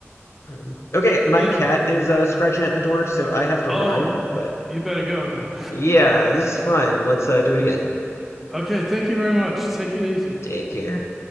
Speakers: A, on the left; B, in the centre.
A: Um, okay, my
B: Yeah.
A: cat is uh, scratching at the door, so I have to
B: Oh,
A: run, but
B: you better go then.
A: yeah, this is fun. Let's uh, do it again.
B: <laughs> okay. Thank you very much. Take it easy.
A: Take care.